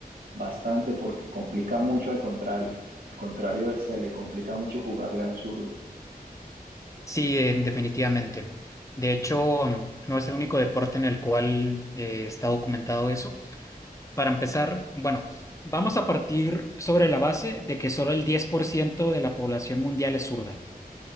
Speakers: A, on the right; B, on the left.
A: bastante porque complica mucho al contrario. Al contrario, se le complica mucho jugarle a un zurdo.
B: sí, eh, definitivamente. De hecho, mm, no es el único deporte en el cual eh, está documentado eso. Para empezar, bueno, vamos a partir sobre la base de que solo el 10% de la población mundial es zurda.